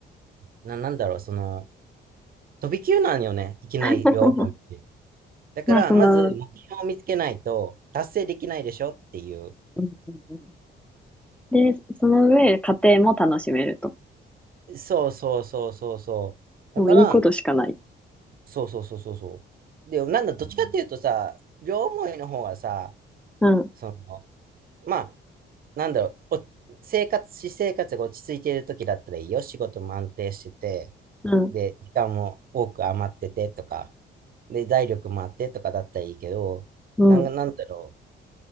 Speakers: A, on the right (about 50°); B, in the centre.
A: な、なんだろう、その、飛び級なんよね。いきなり両思いって。
B: <laughs>
A: だから、
B: まあ、その、
A: まず目標を見つけないと達成できないでしょっていう。
B: うんうんうん、で、その上、家庭も楽しめると。
A: そうそうそうそうそう。だから、
B: もういいことしかない。
A: そうそうそうそうそう。で、なんだ、どっちかっていうとさ、両思いの方がさ、
B: うん、
A: その、まあ、なんだろう、お生活、私生活が落ち着いている時だったらいいよ。仕事も安定してて、
B: うん、
A: で、時間も多く余っててとか、で、財力もあってとかだったらいいけど、
B: うん、
A: なんか、なんだろう。